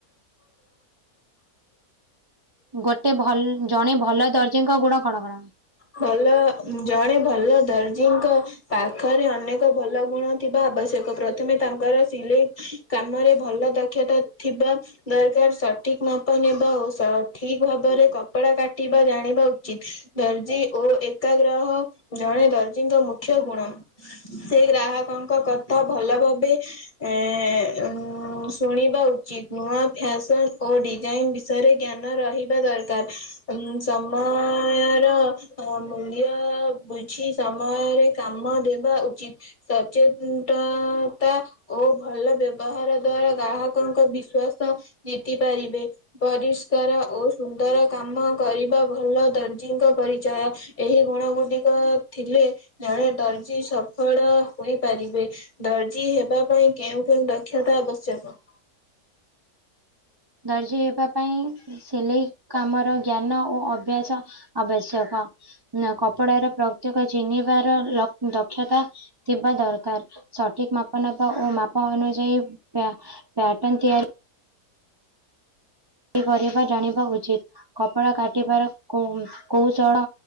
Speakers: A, on the right; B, on the left.
A: ଗୋଟେ ଭଲ୍ ଜଣେ ଭଲ ଦର୍ଜିଙ୍କ ଗୁଣ କଣ କଣ?
B: ଭଲ ଜଣେ ଭଲ ଦର୍ଜିଙ୍କ ପାଖରେ ଅନେକ ଭଲ ଗୁଣ ଥିବା ଆବଶ୍ୟକ ପ୍ରଥମେ ତାଙ୍କର ସିଲେଇ। କାମରେ ଭଲ ଦକ୍ଷତା ଥିବା ଦରକାର ସଠିକ ମାପ ନେବା ଓ ସଠିକ ଭାବରେ କପଡା କାଟିବା ଜାଣିବା ଉଚିତ। ଦର୍ଜି ଓ ଏକାଗ୍ରହ ଜଣେ ଦର୍ଜୀଙ୍କ ମୁଖ୍ୟ ଗୁଣ। ସେ ଗ୍ରାହକଙ୍କ କଥା ଭଲ ଭାବେ ଏ ଉ ଶୁଣିବା ଉଚିତ ନୂଆ ଫ୍ୟାସନ ଓ ଡିଜାଇନ ବି ଷରେ ଜ୍ଞାନ ରହିବା ଦରକାର ଉ ସମୟର ହଁ ମୂଲ୍ୟ ବୁଝି ସମୟରେ କାମ ଦେବା ଉଚିତ। ସଚେନନତା। ଓ ଭଲ ବ୍ୟବହାର ଦ୍ଵାରା ଗ୍ରାହକଙ୍କ ବିଶ୍ଵାସ ଜିତି ପାରିବେ। ପରିଷ୍କାର ଓ ସୁନ୍ଦର କାମ କରିବା ଭଲ ଦର୍ଜିଙ୍କ ପରିଚୟ। ଏହି ଗୁଣ ଗୁଡିକ ଥିଲେ ଜଣେ ଦର୍ଜି ସଫଳ ହୋଇପାରିବେ। ଦର୍ଜି ହେବା ପାଇଁ କେଉଁ କେଉଁ ଦକ୍ଷତା ଆବଶ୍ୟକ?
A: ଦର୍ଜୀ ହେବା ପାଇଁ ସିଲେଇ କାମର ଜ୍ଞାନ ଓ ଅଭ୍ୟାସ ଆବଶ୍ୟକ। କପଡାର ପ୍ରତ୍ୟେକ ଚିହ୍ନିବାର ଲ ଦକ୍ଷତା। ଥିବା ଦରକାର ସଠିକ ମାପ ନବା ଓ ମାପ ଅନୁଯାୟୀ ପଟଣ ତିଆରି। କରିବା ଜାଣିବା ଉଚିତ କପଡ଼ା କାଟିବାର କୋଉଚଳ